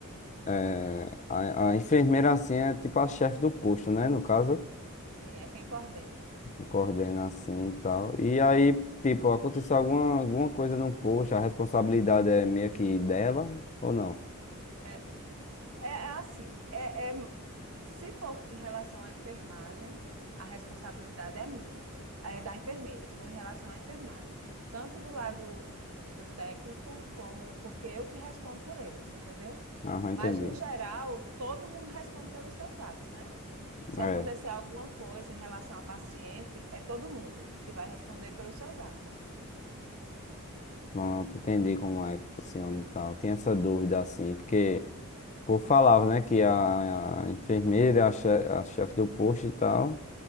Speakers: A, on the left; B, on the right.
A: é, a, a enfermeira, assim, é tipo a chefe do posto, né? No caso,
B: Sim, é quem coordena.
A: que coordena assim e tal. E aí, tipo, aconteceu alguma, alguma coisa no posto, a responsabilidade é meio que dela ou não?
B: É, É é assim, é, é- se for em relação à enfermagem, a responsabilidade é minha, é da enfermeira, se for em relação à enfermagem. Tanto do lado do técnico, como porque eu que respondo por eles, entendeu?
A: Aham,
B: Mas,
A: entendi.
B: no geral, todo mundo responde pelos seus atos, né? Se
A: É,
B: acontecer alguma coisa em relação à paciente, é todo mundo que vai responder pelos seus atos.
A: pronto, entendi como é que funciona e tal. Tem essa dúvida, assim, porque o povo falava, né, que a, a enfermeira é a che- a chefe do posto e tal.